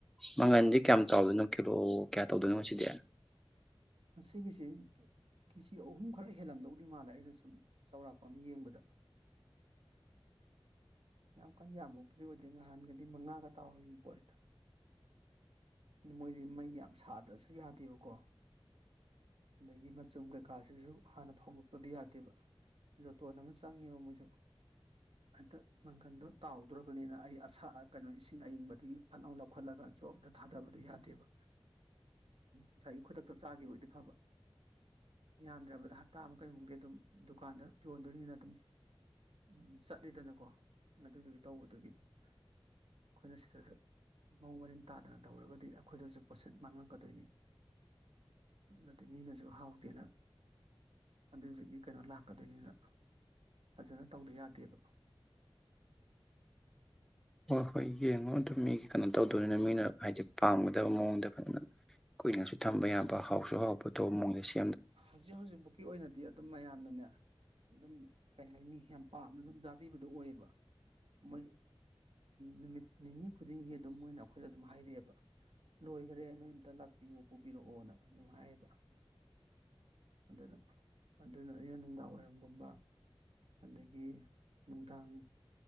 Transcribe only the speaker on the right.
ꯃꯁꯤꯒꯤꯁꯤ ꯀꯦꯖꯤ ꯑꯍꯨꯝ ꯈꯔ ꯍꯦꯜꯂꯝꯗꯧꯗꯤ ꯃꯥꯜꯂꯦ ꯑꯩꯗꯨ ꯁꯨꯝ ꯆꯥꯎꯔꯥꯛꯄ ꯑꯃ ꯌꯦꯡꯕꯗ ꯌꯥꯝ ꯀꯟꯅ ꯌꯥꯝꯕꯕꯨꯗꯤ ꯑꯣꯏꯗꯦ ꯅꯍꯥꯟꯒꯗꯤ ꯃꯉꯥꯒ ꯇꯥꯎꯔꯤ ꯄꯣꯠꯅꯤꯗ ꯃꯣꯏꯗꯤ ꯃꯩ ꯌꯥꯝ ꯁꯥꯗ꯭ꯔꯁꯨ ꯌꯥꯗꯦꯕꯀꯣ ꯑꯗꯒꯤ ꯃꯆꯨꯝ ꯀꯩꯀꯥꯁꯤꯁꯨ ꯍꯥꯟꯅ ꯐꯧꯗꯣꯛꯇꯗꯤ ꯌꯥꯗꯦꯕ ꯖꯣꯇꯣꯟ ꯑꯃ ꯆꯪꯉꯦꯕ ꯃꯣꯏꯁꯨ ꯍꯦꯛꯇ ꯃꯪꯒꯟꯗꯣ ꯇꯥꯎꯗ꯭ꯔꯣꯕꯅꯤꯅ ꯑꯩ ꯑꯁꯥ ꯑ ꯀꯩꯅꯣ ꯏꯁꯤꯡ ꯑꯌꯤꯡꯕꯗꯨꯗꯒꯤ ꯐꯠꯂꯥꯎ ꯂꯧꯈꯠꯂꯒ ꯖꯣꯞ ꯑꯗ ꯊꯥꯗꯕꯗꯣ ꯌꯥꯗꯦꯕ ꯉꯁꯥꯏꯒꯤ ꯈꯨꯗꯛꯇ ꯆꯥꯈꯤꯕ ꯑꯣꯢꯗꯤ ꯐꯕ ꯌꯥꯝꯗ꯭ꯔꯕꯗ ꯍꯞꯇꯥ ꯃꯨꯛ ꯀꯩꯃꯨꯛꯗꯤ ꯑꯗꯨꯝ ꯗꯨꯀꯥꯟꯗ ꯌꯣꯟꯗꯣꯏꯅꯤꯅ ꯑꯗꯨꯝ ꯑꯝ ꯆꯠꯂꯤꯗꯅꯀꯣ ꯑꯗꯨꯗꯨꯒꯤ ꯇꯧꯕꯗꯨꯒꯤ ꯑꯩꯈꯣꯏꯅ ꯁꯤꯗꯗ ꯃꯑꯣꯡ ꯃꯔꯤꯟ ꯇꯥꯗꯅ ꯇꯧꯔꯒꯗꯤ ꯑꯩꯈꯣꯏꯗꯁꯨ ꯄꯣꯠꯁꯤꯠ ꯃꯥꯡꯉꯛꯀꯗꯣꯏꯅꯤ ꯑꯗꯨꯗꯤ ꯃꯤꯅꯁꯨ ꯍꯥꯎꯇꯦꯅ ꯑꯗꯨꯗꯨꯒꯤ ꯀꯩꯅꯣ ꯂꯥꯛꯀꯗꯣꯏꯅꯤꯅ ꯐꯖꯅ ꯇꯧꯗ ꯌꯥꯗꯦꯕ
ꯍꯧꯖꯤꯛ ꯍꯧꯖꯤꯛꯐꯥꯎꯀꯤ ꯑꯣꯏꯅꯗꯤ ꯑꯗꯨꯝ ꯃꯌꯥꯝꯅꯅꯦ ꯑꯗꯨꯝ ꯀꯩ ꯍꯥꯏꯅꯤ ꯌꯥꯝ ꯄꯥꯝꯅ ꯑꯗꯨꯝ ꯆꯥꯕꯤꯕꯗꯣ ꯑꯣꯏꯌꯦꯕ ꯃꯣꯏ ꯅꯨꯃꯤꯠ ꯅꯤꯅꯤ ꯈꯨꯗꯤꯡꯒꯤ ꯑꯗꯨꯝ ꯃꯣꯏꯅ ꯑꯩꯈꯣꯏꯗ ꯑꯗꯨꯝ ꯍꯥꯏꯔꯛꯑꯦꯕ ꯂꯣꯏꯈꯔꯦ ꯅꯣꯏ ꯑꯝꯇ ꯂꯥꯛꯄꯤꯌꯣ ꯄꯨꯕꯤꯔꯛꯑꯣꯅ ꯅꯨꯡꯉꯥꯏꯌꯦꯕ ꯑꯗꯨꯅ ꯑꯗꯨꯅ ꯑꯩꯅ ꯅꯨꯡꯗꯥꯡ ꯋꯥꯏꯔꯝꯒꯨꯝꯕ ꯑꯗꯒꯤ ꯅꯨꯡꯗꯥꯡ